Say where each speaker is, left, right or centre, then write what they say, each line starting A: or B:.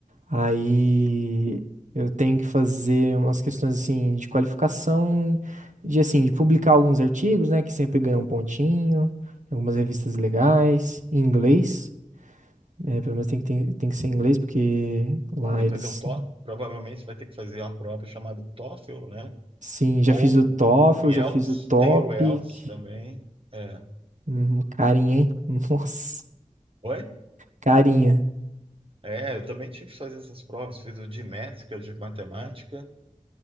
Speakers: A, on the right (about 75°); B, on the right (about 45°).
A: Aí eu tenho que fazer umas questões assim de qualificação, de assim, de publicar alguns artigos, né, que sempre ganham um pontinho, em algumas revistas legais, em inglês. É, pelo menos tem que, tem, tem que ser em inglês, porque lá
B: Tem
A: eles.
B: que fazer o TOEFL, provavelmente você vai ter que fazer uma prova chamada TOEFL, né?
A: Sim, já
B: Ou
A: fiz o TOEFL,
B: o Yelts,
A: já fiz o TOPIC.
B: tem o Yelts também. É.
A: Uhum, carinha, hein? <laughs> Nossa,
B: Oi?
A: carinha.
B: É, eu também tive que fazer essas provas, fiz o de Maths, que é o de matemática,